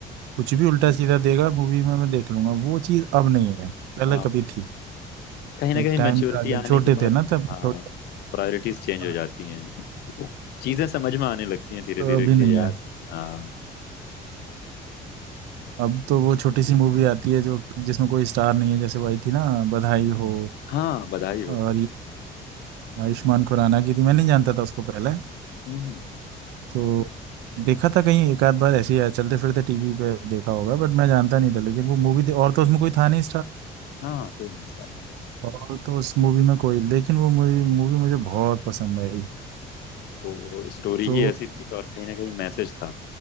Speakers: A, on the right; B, on the left.
A: कुछ भी उल्टा सीधा देगा मूवी में मैं देख लूंगा वो चीज अब नहीं है पहले
B: हाँ
A: कभी थी
B: कहीं ना
A: एक
B: कहीं
A: टाइम
B: मैच्योरिटी
A: था जब
B: आने
A: छोटे
B: के बाद
A: थे ना तब
B: हाँ
A: थोड़ी
B: प्रायोरिटीज चेंज
A: हाँ,
B: हो जाती हैं चीजें समझ में आने लगती हैं धीरे
A: तो
B: धीरे
A: अभी
B: कि
A: नहीं
B: यार
A: है
B: हाँ
A: अब तो वो छोटी सी मूवी आती है जो जिसमें कोई स्टार नहीं है जैसे वही थी ना बधाई हो
B: हाँ बधाई हो
A: और ये आयुष्मान खुराना की थी मैं नहीं जानता था उसको पहले
B: हम्म हम्म,
A: तो देखा था कहीं एक आध बार ऐसे ही चलते फिरते टीवी पे देखा होगा बट मैं जानता नहीं था लेकिन वो मूवी और तो उसमें कोई था नहीं
B: हाँ कोई नहीं स्टार्ट
A: और तो उस मूवी में कोई लेकिन वो मूवी मूवी मुझे बहुत पसंद आई
B: तो स्टोरी
A: तो
B: ही ऐसी थी और कहीं ना कहीं मैसेज था